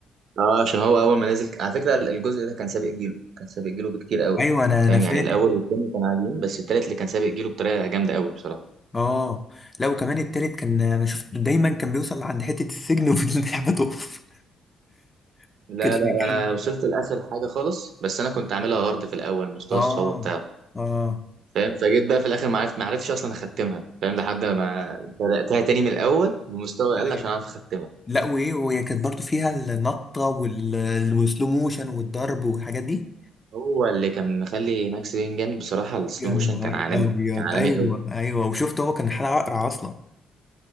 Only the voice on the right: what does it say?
اه عشان هو اول ما نزل على فكره الجزء ده كان سابق جيله كان سابق جيله بكتير قوي
فاهم
يعني الاول والتاني كانوا عاديين بس التالت اللي كان سابق جيله بطريقه جامده قوي بصراحه
لا
لا
انا وصلت لاخر حاجه خالص بس انا كنت عاملها هارد في الاول مستوى
الصعوبه بتاعه
فاهم فجيت بقى في الاخر ما عرفت ما عرفتش اصلا اختمها فاهم لحد ما بداتها تاني من الاول بمستوى اقل عشان
اعرف اختمها
هو اللي كان مخلي ماكس بين جامد بصراحه السلو
موشن
كان عالمي
كان عالمي
قوي